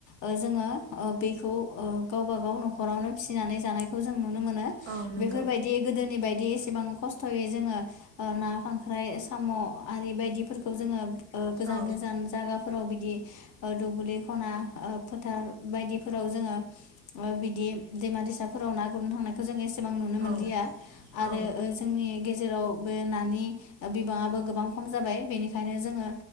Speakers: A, on the left; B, on the right.
A: ओ जोङो ओ बेखौ गावबा गाव नखरावनो फिसिनानै जानायखौ जों मोनो
B: औ नंगौ
A: बेफोरबायदि गोदोनि बायदि एसेबां खस्थयै जोङो ना खांख्राइ साम आरि बायदिफोरखौ। खौ जोङो ओ गोजान
B: औ
A: गोजान जागा। फोराव बिदि दुब्लि खना फोथार बायदिफोराव जोङो बिदि दैमा दैसाफोराव ना गुरनो थांनाय। एसेबां नुनो मोनलिया
B: औ
A: आरो
B: औ
A: जोंनि गेजेराव बे नानि बिबाङाबो गोबां खम जाबाय बेनिखायनो। ओंखायनो जोङो